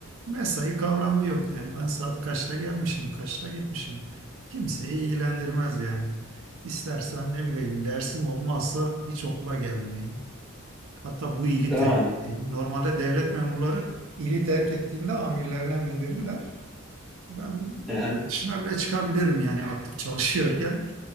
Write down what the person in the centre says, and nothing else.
Değil
mi?
Hı hı.